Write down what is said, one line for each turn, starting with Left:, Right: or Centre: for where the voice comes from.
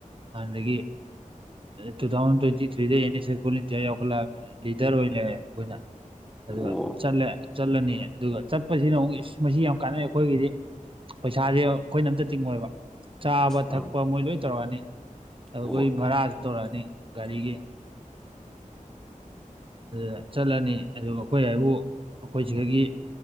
Right: ꯍꯥꯟꯗꯒꯤ two thousand twenty ꯊ꯭ꯔꯤꯗꯩ N S L volunteer ꯌꯥꯎꯈꯠꯂꯛ ꯑꯃꯤ ꯂꯤꯗꯔ ꯑꯣꯏꯅ ꯂꯩꯔꯦ ꯑꯈꯣꯏꯅ ꯑꯗꯨꯒ
Centre: ꯑꯣ
Right: ꯆꯠꯂꯦ ꯆꯠꯂꯅꯤ ꯑꯗꯨꯒ ꯆꯠꯄꯖꯤꯅ ꯑꯃꯨꯛ ꯏꯁ ꯃꯁꯤ ꯌꯥꯝ ꯀꯥꯟꯅꯩ ꯑꯈꯣꯏꯒꯤꯗꯤ ꯄꯩꯁꯥꯖꯣ ꯑꯈꯣꯏꯅ ꯑꯝꯇ ꯇꯤꯡꯉꯣꯏꯕ ꯆꯥꯕ
Centre: ꯑꯥ
Right: ꯊꯛꯄ ꯃꯣꯏ ꯂꯣꯏ ꯇꯧꯔꯛꯑꯅꯤ ꯑ ꯑꯈꯣꯏ
Centre: ꯑꯣ
Right: ꯚꯔꯥꯖꯨ ꯇꯧꯔꯛꯑꯅꯤ ꯒꯥꯔꯤꯒꯤ ꯑꯗꯨꯗ ꯆꯠꯂꯅꯤ ꯑꯗꯨ ꯃꯈꯣꯏ ꯍꯥꯏꯕꯨ ꯑꯈꯣꯏꯁꯤꯒꯒꯤ